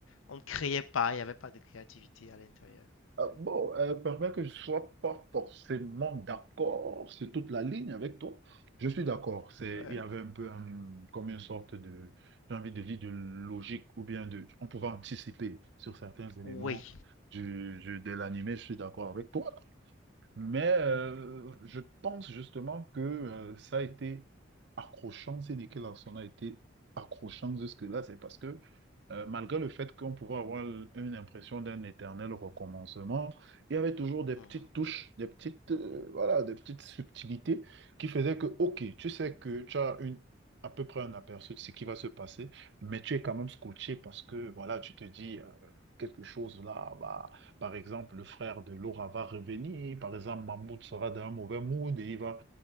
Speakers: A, on the left; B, on the right.
A: on ne créait pas, il n'y avait pas de créativité à l'intérieur.
B: Euh,
A: C'est-
B: bon, euh, permets que je ne sois pas forcément d'accord sur toute la ligne avec toi. Je suis d'accord. C'est,
A: Ouais.
B: il y avait un peu un- comme une sorte de, j'ai envie de dire, de logique ou bien de, on pouvait anticiper sur certains éléments
A: Oui.
B: du, du- de l'animé. Je suis d'accord avec toi. Mais euh, je pense justement que euh, ça a été accrochant, si Nicky Larson a été accrochant jusque-là, c'est parce que euh, malgré le fait qu'on pouvait avoir une impression d'un éternel recommencement, il y avait toujours des
A: Mhm.
B: petites touches, des petites, euh, voilà, des petites subtilités qui faisaient que, ok, tu sais que tu as une, à peu près un aperçu de ce qui va se passer, mais tu es quand même scotché parce que, voilà, tu te dis euh, quelque chose là, bah. Par exemple, le frère de Laura va revenir. Par exemple, Mahmoud sera dans un mauvais mood et il va